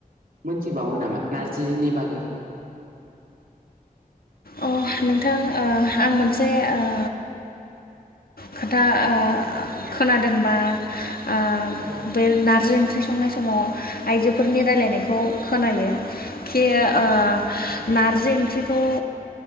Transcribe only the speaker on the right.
मोनथिबावो नामा नारजिनि बागै?
औ